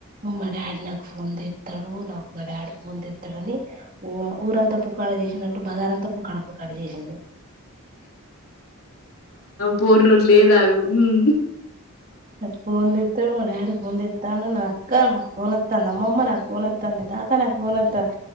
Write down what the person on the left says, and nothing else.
పోరినోట్ల ఏది ఆగదు ఉమ్